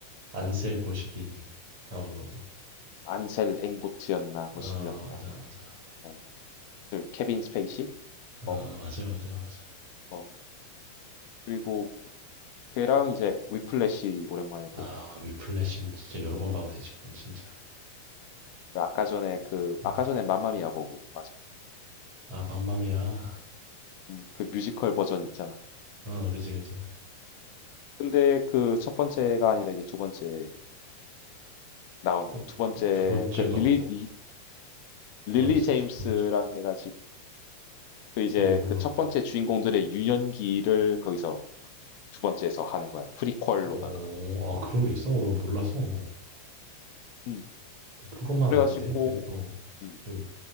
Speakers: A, on the right (about 40°); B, on the left (about 45°).
A: 안셀 보시기 나오는 거지.
B: 안셀 앵고트였나 뭐시기였나.
A: 어, 맞아, 맞아.
B: 어, 그 케빈 스페이시?
A: 어,
B: 어, 어,
A: 맞아, 맞아, 맞아.
B: 어. 그리고 걔랑 이제 위플래시 오랜만에
A: 아,
B: 보고
A: 위플래시는 진짜 여러 번 봐도 되지, 그건 진짜.
B: 그 아까 전에 그
A: 음.
B: 아까 전에 맘마미아 보고 맞아.
A: 아, 맘마미아.
B: 음, 그 뮤지컬 버전 있잖아.
A: 어, 그지, 그지.
B: 근데 그 첫 번째가 아니라 이제 두 번째 나오는
A: 어,
B: 두 번째
A: 두 번째가
B: 그 릴리
A: 뭐,
B: 리- 릴리
A: 뭐가 있어?
B: 제임스랑
A: 두 번째?
B: 해가지고 그 이제
A: 오, 몰라.
B: 그 첫 번째 주인공들의 유년기를 거기서 두 번째에서 하는 거야. 프리퀄로다가.
A: 어, 아, 그런 게 있어? 어, 난 몰랐어. 어.
B: 음.
A: 그것만
B: 그래가지고
A: 아는데, 그, 어,
B: 음.
A: 그,